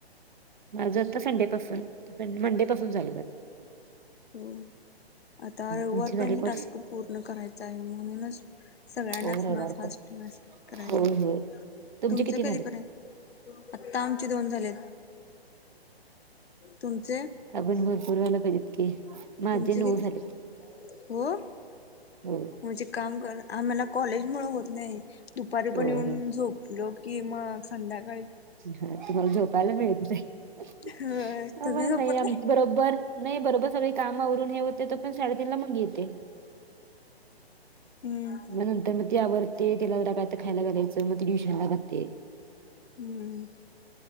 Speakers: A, on the right; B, on the left.
A: माझं आता संडे पासून संड मंडे पासून झालं चालू
B: हो आता रवीवार
A: तुमचे झाले
B: पर्यंत
A: कोर्स
B: टास्क पूर्ण करायचा आहे म्हणूनच सगळ्यांनाच
A: हो रविवार
B: मस फास्ट
A: पण
B: मस करायलोय
A: होय होय तुमचे
B: तुमचं
A: किती
B: कधी
A: झालेत
B: करायलाय आता आमचे दोन झालेत, तुमचे?
A: आजून भरपूर व्हायला पाहिजेत की माझे
B: तुमचे
A: नऊ
B: किती
A: झालेत
B: हो,
A: होय
B: म्हंजे काम करत आम्हाला कॉलेज मुळं होत नाही, दुपारी पण
A: होय
B: येऊन
A: होय
B: झोपलो की मग संध्याकाळी
A: हा तुम्हाला झोपायला मिळतय
B: होय
A: आम्हाला
B: तुम्ही झोपत
A: नाही आमचं बरोबर नाही बरोबर सगळी कामावरून हे होतय तोवर साडेतीन मग जेवतोय
B: हम्म
A: मग नंतर मग ती आवरते तिला जरा काय तर खायला घालायचं मग ट्युशनला जाते
B: हम्म